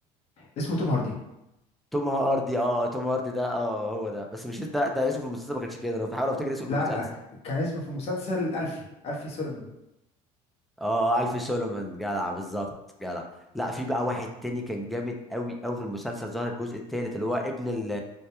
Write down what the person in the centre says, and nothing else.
توم هاردي اه توم هاردي ده اه هو ده بس مش ده ده اسمه في المسلسل ما كانش كده انا بحاول افتكر اسمه في
المسلسل
اه آه، الف سولومون جدع بالظبط جدع لا في
بقى
واحد تاني كان جامد قوي قوي في المسلسل ظهر الجزء الثالث اللي هو ابن ال